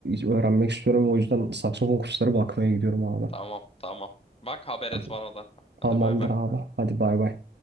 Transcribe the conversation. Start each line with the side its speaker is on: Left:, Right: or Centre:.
Right: öğrenmek istiyorum. O yüzden saksafon kursları bakmaya gidiyorum abi.
Left: tamam tamam. Bak haber
Right: Hadi.
Left: et bana da.
Right: Tamamdır
Left: Hadi bay bay.
Right: abi. Hadi bay bay.